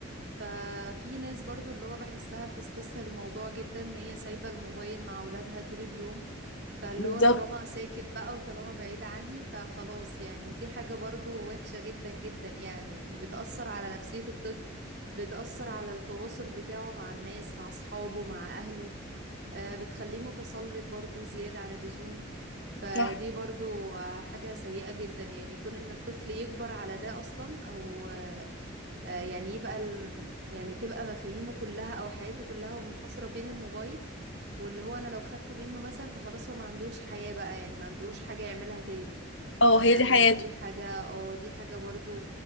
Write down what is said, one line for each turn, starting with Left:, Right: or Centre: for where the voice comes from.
Right: ففي ناس برضو اللي هو بحسها بتستسهل الموضوع جدا ان هي سايبة الموبايل مع اولادها طول اليوم فاللي
Left: بالظبط
Right: هو طالما ساكت بقى وطالما بعيد عني فخلاص يعني ودي حاجة برضو وحشة جدا جدا يعني يعني بتأثر على نفسية الطفل بتأثر على التواصل بتاعه مع الناس مع أصحابه مع أهله آه، بتخليه متسلط برضو زيادة عن اللزوم فدي
Left: صح
Right: برضو آه، حاجة سيئة جدا يعني يكون ان الطفل يكبر على ده اصلا او آه، آه، يعني يبقى ال... يعني تبقى مفاهيمه كلها او حياته كلها ومنحصرة بين الموبايل واللي هو انا لو خدته منه مثلا فخلاص هو ما عندوش حياة بقى يعني ما عندوش حاجة يعملها تاني
Left: اه
Right: فدي
Left: هي دي حياته
Right: حاجة اه دي حاجة برضو